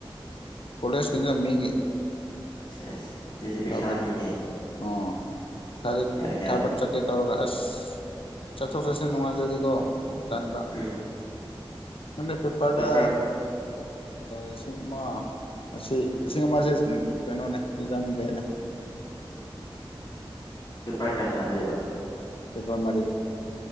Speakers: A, on the left (about 75°); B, on the left (about 40°).
A: ꯀꫭꯂꯦꯁ ꯀꯤꯅꯤꯗ ꯃꯤꯒꯤ
B: ꯁꯦꯁ ꯑꯗꯨꯗꯤ ꯄꯩꯁꯥꯅꯤꯍꯦ
A: ꯊꯥꯕꯠ ꯑꯣ ꯊꯥꯗꯠ
B: ꯀꯌꯥ ꯀꯌꯥꯔ
A: ꯊꯥꯕꯠ ꯆꯠꯀꯦ ꯇꯧꯔꯒ ꯑꯁ ꯁ ꯆꯠꯊꯣꯛ ꯆꯠꯁꯤꯟ ꯅꯨꯡꯉꯥꯏꯖꯔꯗꯤꯀꯣ ꯇꯟꯕ
B: ꯎꯝ
A: ꯑꯦ ꯄꯦ ꯄꯗ
B: ꯄꯦꯄꯔ
A: ꯂꯤꯁꯤꯡ ꯑꯃ ꯑꯁꯤ ꯂꯤꯁꯤꯡ ꯑꯃꯁꯤ ꯀꯩꯅꯣꯅꯦ ꯑꯦꯛꯖꯥꯝ ꯗꯦ <unintelligible>
B: ꯄꯦꯄꯔ ꯀꯌꯥ ꯊꯥꯗꯣꯏꯕ
A: ꯄꯦꯄꯔꯃꯔꯤ